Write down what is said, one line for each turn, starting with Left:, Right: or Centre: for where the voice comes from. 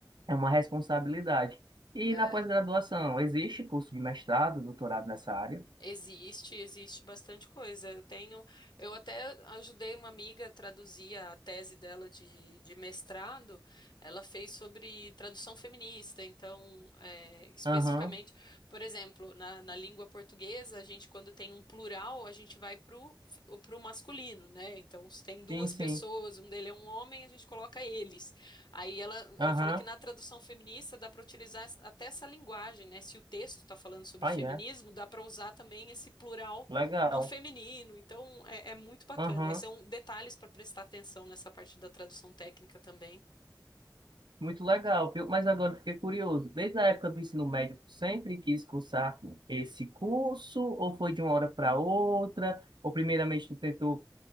Right: é uma responsabilidade. E
Left: É.
Right: na pós-graduação, existe curso de mestrado, doutorado nessa área?
Left: Existe, existe bastante coisa. Eu tenho, eu até ajudei uma amiga a traduzir a tese dela de, de mestrado. Ela fez sobre tradução feminista, então, é, especificamente,
Right: Aham,
Left: por exemplo, na, na língua portuguesa, a gente, quando tem um plural, a gente vai pro, pro masculino, né? Então, se tem duas
Right: sim, sim.
Left: pessoas, um dele é um homem, a gente coloca eles. Aí ela,
Right: Aham,
Left: ela fala que na tradução feminista dá para utilizar es- até essa linguagem, né? Se o texto está falando sobre
Right: aí
Left: feminismo,
Right: é.
Left: dá para usar também esse plural
Right: Legal.
Left: no feminino. Então é, é muito bacana.
Right: Aham.
Left: Esses são detalhes para prestar atenção nessa parte da tradução técnica também.
Right: Muito legal, viu? Mas agora eu fiquei curioso. Desde a época do ensino médio, tu sempre quis cursar esse curso, ou foi de uma hora para outra, ou primeiramente tu tentou